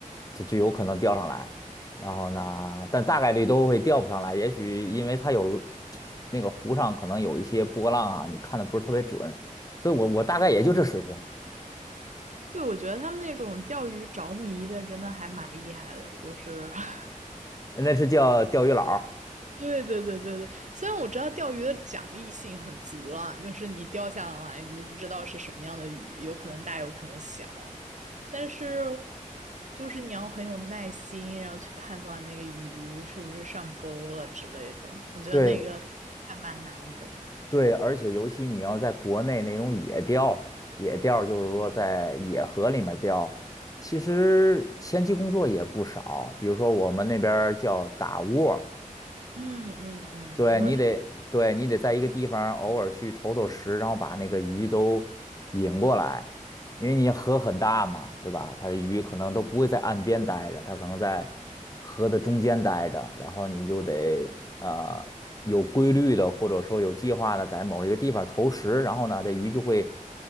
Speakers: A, on the left; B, on the right.
A: 它就有可能钓上来。然后呢，但大概率都会钓不上来，也许因为它有那个湖上可能有一些波浪啊，你看的不是特别准，所以我我大概也就这水平，
B: 对，我觉得他们那种钓鱼着迷的，真的还蛮厉害的，就是 <laughs>
A: 那是叫钓鱼佬儿
B: 对对对对对，虽然我知道钓鱼的奖励性很足了，就是你钓下来你都不知道是什么样的鱼，有可能大有可能小，但是就是你要很有耐心，然后去判断那个鱼是不是上钩了之类的，我觉得那个还蛮难的。
A: 对。对，而且尤其你要是在国内那种野钓，野钓就是说在野河里面钓，其实前期工作也不少。比如说我们那边儿叫打窝，
B: 嗯嗯嗯，
A: 对你得，
B: 我
A: 对你得在一个地方偶尔去投投食，然后把那个鱼都引过来，因为你河很大嘛，对吧？它的鱼可能都不会在岸边待着，它可能在河的中间待着，然后你就得呃有规律的或者说有计划的在某一个地方投食，然后呢，这鱼就会